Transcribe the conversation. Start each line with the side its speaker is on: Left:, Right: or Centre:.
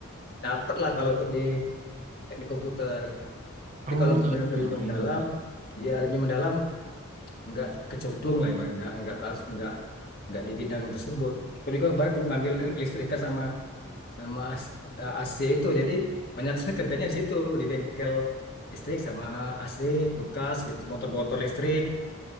Left: dapat lah kalau untuk di teknik komputer. Tapi
Right: Oh
Left: kalau untuk benar-
Right: gitu
Left: lebih mendalam,
Right: ya Kak.
Left: ya lebih mendalam nggak kecemplung lah, ibarat nggak nggak langsung nggak nggak di bidang tersebut. Aku juga baru dulu ngambil kelistrikan sama sama as- eh, AC itu, jadi banyak sekali kerjanya di situ di bengkel listrik sama AC, kulkas gitu, motor-motor listrik,